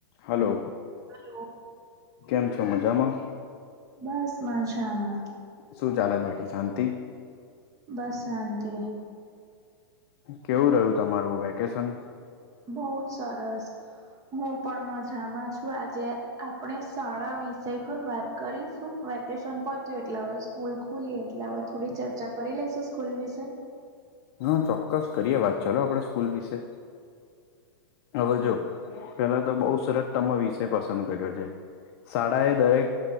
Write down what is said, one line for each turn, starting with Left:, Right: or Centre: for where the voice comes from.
Left: Hello
Right: hello.
Left: કેમ છો મજામાં?
Right: બસ મજામાં.
Left: શું ચાલેય બાકી શાંતિ?
Right: બસ શાંતિ.
Left: કેવું રેઊં વેકેશન?
Right: બહોત સારસ. હું પણ મજામાં છું આજે આપણે શાળા વિષય પર વાત કરીશું વેકેશન. <unintelligible> કૂલ ખુલી એટલે હવે થોડી ચર્ચા કરી લઈશું સ્કૂલ વિશે.
Left: હા ચોક્કસ કરીએ વાત ચાલો આપડે સ્કૂલ વિશે. હવે જો પેલા તો બઉ સરત તમે વિષય પસંદ કર્યો છે. શાળા એ દરેક